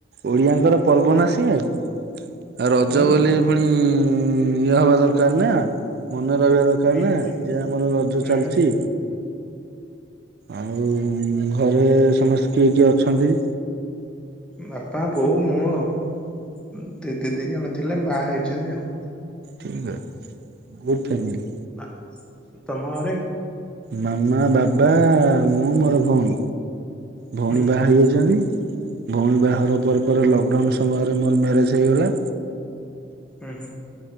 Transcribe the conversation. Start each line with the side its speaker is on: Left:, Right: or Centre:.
Right: ଓଡିଆଙ୍କର। ପର୍ବ ନା ସିଏ। ଆଉ ରଜ
Centre: ଉଁ
Right: ବୋଲି ପୁଣି ଇଏ ହବା ଦରକାର ନା। ମନେ ରହିବା ଦରକାର
Centre: ନିହାତି
Right: ନା ଯେ ଆମର ରଜ
Centre: ନିହାତି
Right: ଚାଲିଚି। ଆଉ ଘରେ ସମସ୍ତେ କିଏ କିଏ ଅଛନ୍ତି?
Centre: ବାପା ବୋଉ ମୁଁ ଆଉ। ଦି ଦି ଦି ଜଣ ଥିଲେ ମା ଆଇଚନ୍ତି ଆଉ।
Right: ଠିକ୍ ଅଛି ଗୁଡ ଫାମିଲି।
Centre: ଆ ତମ ଘରେ?
Right: ମାମା, ବାବା, ମୁଁ ମୋର ଭଉଣୀ।
Centre: ହୁଁ
Right: ଭଉଣୀ ବାହା ହେଇଯାଇଚନ୍ତି। ଭଉଣୀ ବାଘର ପରେ ପରେ ଲକଡାଉନ ସମୟରେ ମୋର ମ୍ୟାରେଜ ହେଇଗଲା।
Centre: ହହଁ।